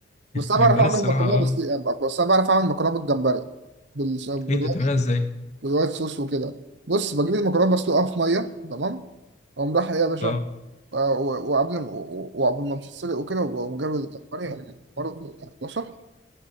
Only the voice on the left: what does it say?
الجمبري
الصراحة
أه
إيه ده بتعملها إزاي؟
أه